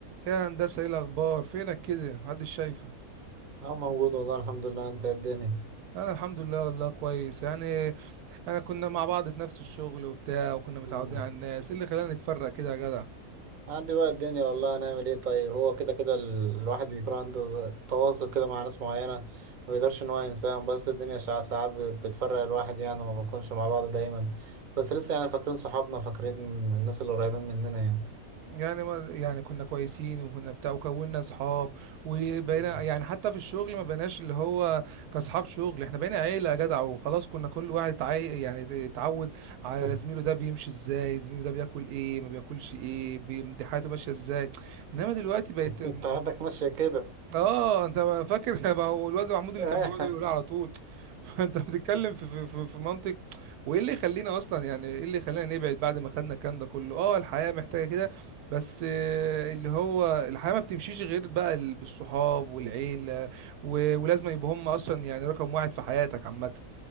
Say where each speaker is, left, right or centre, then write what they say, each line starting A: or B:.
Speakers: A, on the right (about 80°); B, on the right (about 45°).
A: يا هندسة ايه الأخبار فينك كده محدش شايفة
B: اه موجود والله الحمد لله انت إيه الدنيا
A: أنا الحمد لله والله كويس يعني أنا كنا مع بعض في نفس الشغل وبتاع وكنا متعودين
B: مم.
A: على الناس إيه اللي خلانا نتفرق كده يا جدع
B: عندي بقى الدنيا والله هنعمل ايه طيب هو كده كده ال- الواحد يكون عنده تواصل كده مع ناس معينة ما يقدرش ان هو ينساهم بس الدنيا شع- ساعات بت- بتفرق الواحد يعني وما بنكونش مع بعض دايما بس لسه يعني فاكرين صحابنا فاكرين الناس اللي قريبين مننا يعني
A: يعني ما يعني كنا كويسين وكنا بتاع وكونا أصحاب وبقينا
B: مم.
A: يعني حتى في الشغل ما بقيناش اللي هو كأصحاب شغل إحنا بقينا عيلة يا جدع وخلاص كنا كل واحد تعي... يعني اتعود على
B: <laughs>
A: زميله ده بيمشي إزاي زميله ده بياكل إيه ما بياكلش إيه بي... دي حياته ماشية إزاي انما دلوقتي بقت
B: انت عندك ماشية كده
A: اه انت ما فاكر <laughs> ما هو الواد محمود اللي
B: <laughs>
A: كان بيقعد يقول على طول <laughs> انت بتتكلم في في في في منطق وايه اللي يخلينا اصلا يعني ايه اللي يخلينا نبعد بعد ما خدنا الكلام ده كله اه الحياه محتاجه كده بس آه، اللي هو الحياه ما بتمشيش غير بقى ال- بالصحاب والعيله و- ولازم يبقوا هم اصلا يعني رقم واحد في حياتك عامه